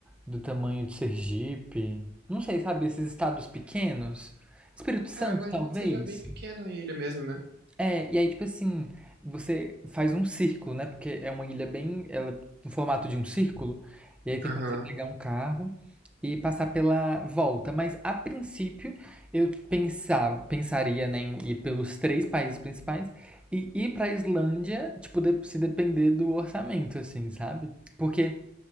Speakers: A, in the centre; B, on the right.
A: do tamanho de Sergipe. Não sei, sabe, esses estados pequenos? Espírito Santo,
B: É, eu imagino
A: talvez.
B: que seja bem pequena a ilha mesmo, né?
A: É, e aí, tipo assim, você faz um círculo, né? Porque é uma ilha bem, ela é no formato de um círculo, e aí tem
B: Aham.
A: como você pegar um carro e passar pela volta. Mas a princípio, eu pensava, pensaria, né, em ir pelos três países principais e ir pra Islândia, tipo, de- se depender do orçamento, assim, sabe? Porque